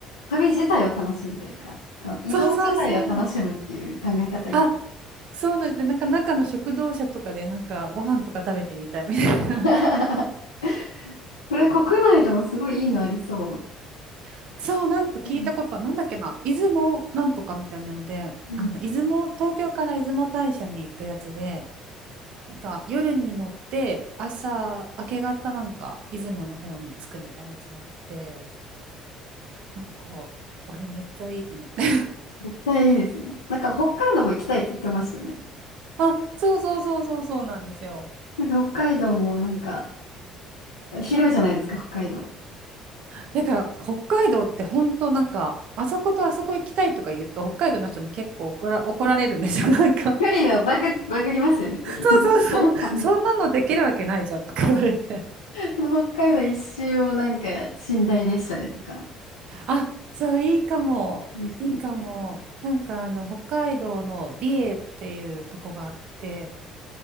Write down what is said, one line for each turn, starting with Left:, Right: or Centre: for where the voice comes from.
Left: 旅自体を楽しむというか、この移動自体を楽しむっていう考え方いい。
Right: そうそうそう。あ、そうなんで、なんか中の食堂車とかでなんかご飯とか食べてみたいみたいな。
Left: <laughs> これ国内でもすごいいいのありそう。
Right: <laughs> そう、なんか聞いたことは、
Left: うん。
Right: なんだっけな、出雲なんとかみたいなので、
Left: うん
Right: あの、出雲、東京から出雲大社に行くやつで、なんか夜に乗って朝明け方なんか出雲の方に着くみたいなやつがあってなんかあれめっちゃいいと思って
Left: 絶対いいですね。なんか北海道も行きたいって言ってましたね。
Right: <laughs> あそうそうそうそうそうなんですよ
Left: なんか北海道もなんか広いじゃないですか、北海道。
Right: てか北海道って本当なんかあそことあそこ行きたいとか言うと北海道の人に結構怒ら、怒られるんですよ <laughs> なんか
Left: 距離のバグ、バグりますよね、距離
Right: そうそうそうそんなのできるわけないじゃんとか言われて
Left: <laughs> 距離感。その北海道一周をなんか寝台列車でとか。
Right: あそういいかもいいかもなんかあの北海道の美瑛っていうとこがあって
Left: いいですね。